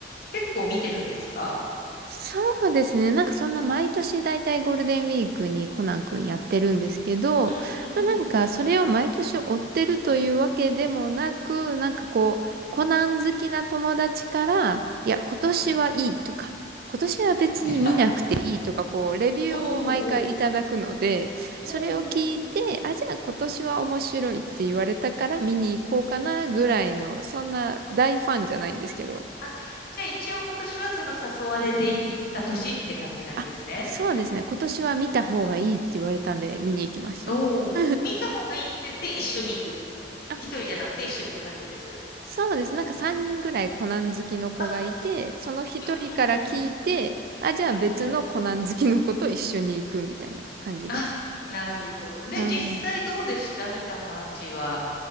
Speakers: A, on the left; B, on the right.
A: 結構見てるんですか
B: そうですね。なんかそんな毎年だいたいゴールデンウィークにコナン君やってるんですけど、
A: うんうんうん。
B: まあ、なんかそれを毎年追ってるというわけでもなく、なんかこう、コナン好きな友達から、いや、今年はいいとか、
A: うんうん。
B: 今年は別に見なくていいとか、
A: <laughs>
B: こう、レビューを毎回いただくので、
A: おうおうおう。
B: それを聞いて、
A: おうおうおう。
B: あ、じゃあ今年は面白いって言われたから見に行こうかなぐらいの、そんな大ファンじゃないんですけど、
A: あ、じゃあ一応今年はその誘われていった年って感じなんですね。
B: あ、そうですね。今年は見た方がいいって言われたんで見に行きました。
A: おお。
B: <laughs>
A: 見た方がいいって言って一緒に行く。
B: あ、
A: 一人じゃなくて一緒に行く感じです。
B: そうです。なんか3人ぐらいコナン好きの子がいて、
A: あ、
B: その一人から聞いて、
A: うんうんうん。
B: あ、じゃあ別のコナン好きの子と一緒に行くみたいな感じです。
A: うんうんあ、なるほど。で、
B: はーい。
A: 実際どうでした見た感じは。